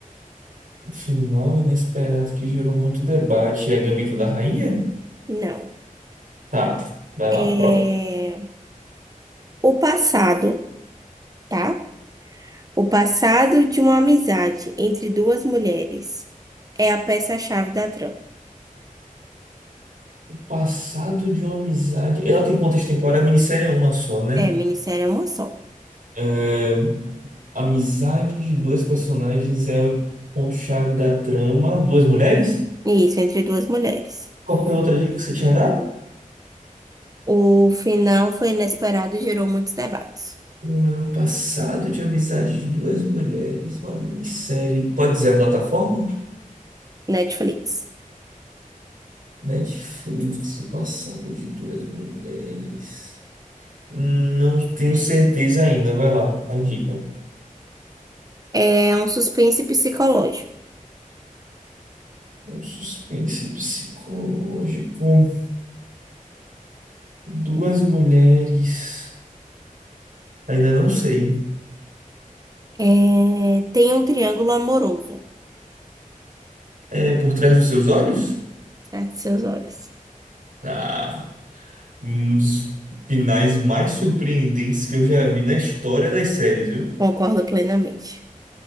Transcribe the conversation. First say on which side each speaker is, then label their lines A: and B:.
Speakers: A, on the right (about 70°); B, on the right (about 25°).
A: O Final inesperado que gerou muito debate. É a Gambito da Rainha?
B: Não.
A: Tá. Vai
B: É...
A: lá, próximo.
B: O passado, tá? O passado de uma amizade entre duas mulheres é a peça-chave da trama.
A: Passado de uma amizade. Ela tem quantas temporadas? A minissérie é uma só, né?
B: É, minissérie é uma só.
A: É, A amizade de dois personagens é o ponto-chave da trama. Duas mulheres?
B: Isso, entre duas mulheres.
A: Qual foi a outra dica que você tinha dado?
B: O final foi inesperado e gerou muitos debates.
A: Hum, passado de amizade de duas mulheres, uma minissérie. Pode dizer a plataforma?
B: Netflix.
A: Netflix, o passado de duas mulheres. Não tenho certeza ainda, vai lá, uma dica.
B: É um suspense psicológico.
A: Um suspense psicológico. Duas mulheres. Ainda não sei.
B: É, tem um triângulo amoroso
A: É por trás dos seus olhos?
B: atrás de seus olhos.
A: Ah. um dos finais mais surpreendentes que eu já vi na história das séries, viu?
B: Concordo plenamente.